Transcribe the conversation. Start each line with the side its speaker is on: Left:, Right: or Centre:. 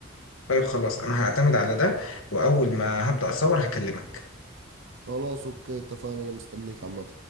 Left: طيب خلاص انا هعتمد على ده واول ما هبدأ اصور هكلمك
Right: خلاص اوكي اتفقنا انا مستنيك عامة